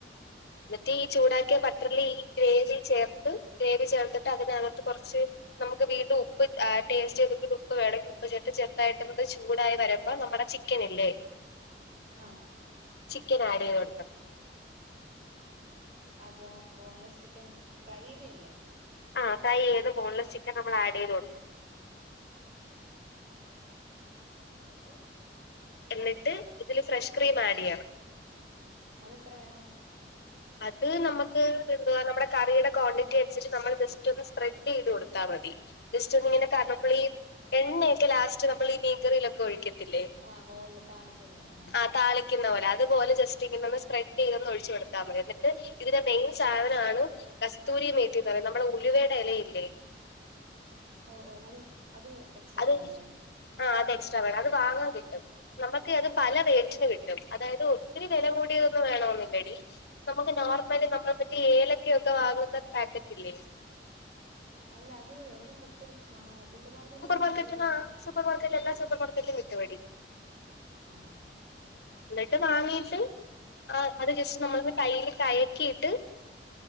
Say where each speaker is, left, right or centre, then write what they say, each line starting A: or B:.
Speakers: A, on the left; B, on the right.
A: എന്നിട്ട് ഈ ചൂടാക്കിയ ബട്ടറിില് ഈ ഗ്രേവി ചേർത്ത് ഗ്രേവി ചേർത്തിട്ട് അതിനകട്ട് കുറച്ച് നമുക്ക് വീണ്ടുംഉപ്പ് ടേസ്റ്റ് ചെയ്തിട്ട് ഉപ്പ് വേമെങ്കിൽ ഉപ്പ് ചേർത്ത് ചെർത്തായിട്ട് ചൂടായി വരുമ്പോ നമ്മ ിക്കല്ലേ <unintelligible>
B: ആ
A: ചിക്കൻ ആഡ് ചെയ്ത് കൊടുക്കണം
B: ആ ബോ ബോൺലെസ് ചിക്കൻ ഫ്രൈ ചെയ്തല്ലേ
A: ആ ഫ്രൈ ചെയ്ത് ബോൺലെസ് ചിക്കൻ നമ്മൾ ആഡ് ചെയ്ത് കൊടുക്കണം
B: എന്നിട്ട്
A: എന്നിട്ട് ഇതില് ഫ്രഷ് ക്രീം ആഡ് ചെയ്യണം
B: അതെത്ര വേണം
A: അത് നമുക്ക് എന്തുവാ നമ്മുടെ കറിയുടെ ക്വാണ്ടിറ്റി അനുസരിച്ച് നമ്മൾ ജസ്റ്റ് ഒന്ന് സ്പ്രെഡ് ചെയ്ത് കൊടുത്താൽ മതി ജസ്റ്റ് ഒന്ന ഇങ്ങനെ കാരണപ്പോൾ ഈ എണ്ണയൊക്കെ ലാസ്റ്റ് നമ്മൾ ഈ മീൻകറിയിലൊക്കെ ഒഴിക്കത്തില്ലേ
B: ആഹ് മുകളില് താളിച്ചു കൊടുക്കണം ആ
A: ആ താളിക്കുന്ന പോലെ അതുപോലെ ജസ് ഇങ്ങനൊന്ന് സ്പ്രെഡ് ചെയ്ത ഒഴിച്ചു കൊടുത്ത മതി എന്നിട്ട് ഇതിന്റെ മെയിൻ സാധനമാണ് കസ്തൂരി മേറ്റിന്ന് പറയുന്നത് നമ്മളെ ഉലുവയുടെ ഇലയില്ലേ
B: ഓ ഓ അത് അത് എക്സ്ട്രാ
A: അത്
B: വേണ അല്ലേ
A: ആ അത് എക്സ്ട്രാ വേണം അത് വാങ്ങാൻ കിട്ടും നമുക്ക് അത് പല റേറ്റിന് കിട്ടും അതായത് ഒത്തിരി വില കൂടിയൊന്നന്ന് വേണമെന്നില്ലടി നമുക്ക് നോർമലി നമ്മള മറ്റേ ഏലക്ക ഒക്കെ വാങ്ങുന്ന പാക്കറ്റ് ഇല്ലേ
B: അല്ല അത് എവിടെ കിട്ടും സൂപ്പർ മാർക്കറ്റിലൊക്കെ കിട്ടുമായിരിക്കും
A: മാർക്കറ്റിൽ ആ സൂപ്പർ മാർക്കറ്റ് എല്ലാ സൂപ്പർക്കറ്റിലും കിട്ടുമേടി
B: ആഹ
A: എന്നിട്ട് വാങ്ങീട്ട് ആ അത് ജസ്റ്റ് നമ്മളന്ന് കയ്യിൽ കയക്കിയിട്ട്